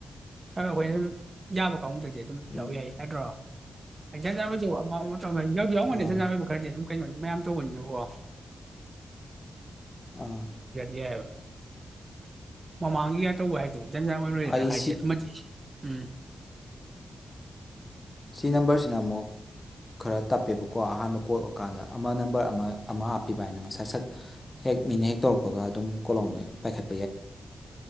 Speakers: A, on the right; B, on the left.
A: ꯈꯔ ꯑꯩꯈꯣꯏꯅ ꯑꯗꯨꯝ ꯌꯥꯕ ꯗꯗꯤ ꯑꯗꯨꯝ
B: ꯎꯝ
A: ꯂ ꯌꯥꯏ ꯍꯥꯏꯗ꯭ꯔꯣ <unintelligible> ꯌꯥꯎ ꯌꯥꯎꯔꯝꯒꯅꯤ
B: ꯑꯥ
A: ꯖꯟꯖꯥꯟ ꯑꯣꯏꯕꯗꯤ ꯈ꯭ꯔ ꯑꯗꯨ꯫ ꯀꯩꯅꯣꯅꯤ ꯃꯌꯥꯝ ꯇꯧꯕꯅꯤꯅꯀꯣ
B: ꯑꯥ
A: <unintelligible> ꯌꯥ ꯃꯃꯥꯡꯒ ꯌꯥ ꯇ ꯋꯥꯏ <unintelligible>
B: ꯑꯩ ꯁꯤ
A: ꯎꯝ
B: ꯁꯤ ꯅꯝꯕꯔꯁꯤꯅ ꯑꯃꯨꯛ ꯈꯔ ꯇꯞꯄꯦꯕꯀꯣ ꯑꯍꯥꯟꯕ ꯀꯣꯜ ꯑꫭꯛꯀꯥꯟꯗ ꯑ ꯑꯃ ꯅꯝꯕꯔ ꯑꯃ ꯑꯃ ꯍꯥꯞꯄꯤ ꯕꯥꯏꯅ ꯉꯁꯥꯏ ꯁꯠ ꯍꯦꯛ ꯃꯤꯅ ꯍꯦꯛ ꯇꯧꯔꯛꯄꯒ ꯑꯗꯨꯝ ꯀꯣꯛꯂꫭꯡꯃꯩ ꯄꯥꯏꯈꯠ
A: <unintelligible> <unintelligible>